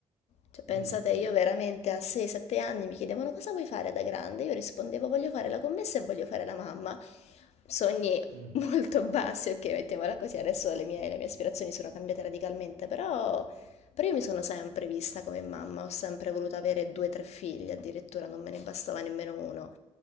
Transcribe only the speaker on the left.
Cioè, pensate,
io veramente a 6-7 anni mi chiedevano cosa vuoi fare da grande? Io rispondevo voglio fare la commessa e voglio fare la mamma. Sogni
<laughs>
molto bassi, ok, mettiamola così. Adesso le mie, le mie aspirazioni sono cambiate radicalmente, però, però io mi sono sempre vista come mamma, ho sempre voluto avere due o tre figli, addirittura non me ne bastava nemmeno uno.